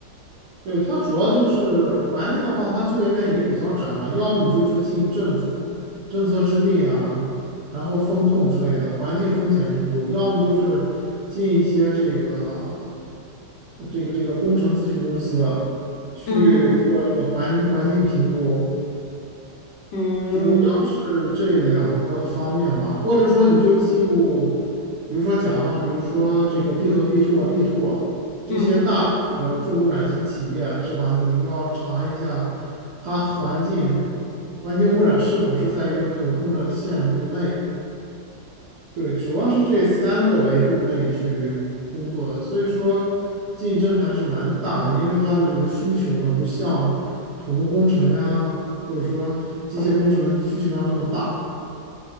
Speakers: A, on the right; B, on the left.
A: 对，它主要就是环境的话，它就业面也比较窄吧，要么你就是进政府政策制定啊，然后风控之类的环境风险评估，要么就是进一些这个这个这个工程咨询公司去做这个环环境评估，
B: 嗯嗯
A: 主要是这两个方面吧，或者说你就进入，比如说甲方，比如说这个必和必拓、力拓这些大的这个重污染型企业，
B: 嗯。
A: 是吧？你要查一下它环境环境污染是否是在一个可控的限度内，对，主要是这三个维度内去工作的，所以说竞争还是蛮大的，因为它的这个需求呢，不像土木工程呀，或者说机械工程需求量那么大。